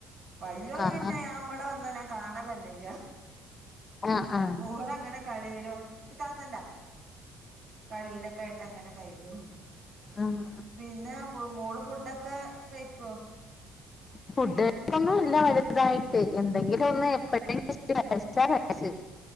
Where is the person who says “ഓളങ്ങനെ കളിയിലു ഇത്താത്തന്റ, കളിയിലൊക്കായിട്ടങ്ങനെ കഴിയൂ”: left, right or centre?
Right